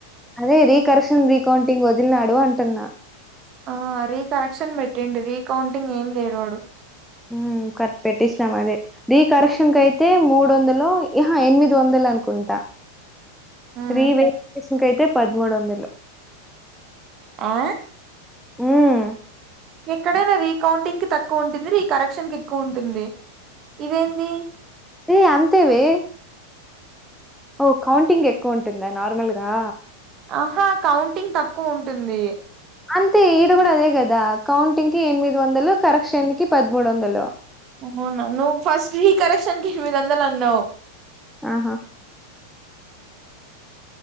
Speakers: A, in the centre; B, on the right.
A: అదే రీ కరెక్షన్ రీకౌంటింగ్ వదిలినాడు అంటున్నా
B: ఆ రీకరెక్షన్ పెట్టిండు రీకౌంటింగ్ ఏం చేయడు వాడు
A: ఉం కట్ పెట్టించినమ్మ్ అదే రీకరెక్షన్ కయితే మూడు వందలో ఆహా ఎనిమిది వందలు అనుకుంటా
B: <inaudible> మ్మ్
A: రీ వేరిఫికేషన్ కయితే పదమూడు వందలు
B: ఆ
A: ఉం
B: ఎక్కడైనా రీకౌంటింగ్ కి తక్కువ ఉంటుంది రీ కరెక్షన్ కి ఎక్కువ ఉంటుంది ఇదేంది
A: ఏ అంతేవే ఓ కౌంటింగ్ ఎక్కువ ఉంటుందా నార్మల్గా
B: ఆహా కౌంటింగ్ తక్కువ ఉంటుంది
A: అంతే ఈడు కూడా అదే కదా కౌంటింగ్ కి ఎనిమిది వందలు కరెక్షన్ కి పదమూడు వందలు
B: అవునా నువ్వు ఫస్ట్ ఈ కరెక్షన్ కి ఎనిమిది వందలు అన్నవు
A: ఆహా